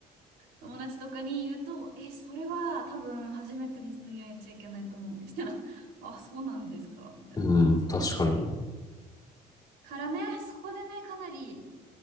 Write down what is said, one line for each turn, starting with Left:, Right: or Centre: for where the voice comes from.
Right: 友達とかに言うと、え、それは多分初めての人には言っちゃいけないと思う、みたいな。<laughs> あ、そうなんですか、みたいな感じになっちゃう。
Left: うん、確かに。
Right: からね、そこでね、かなり、